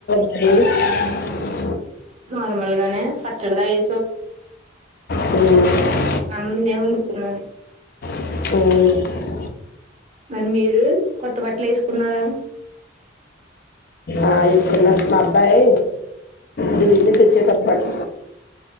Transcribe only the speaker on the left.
<inaudible>
హ్మ్
హ్మ్
ఆ ఏసుకున్న మ బయ్ దిది తెచ్చే కబ్బట్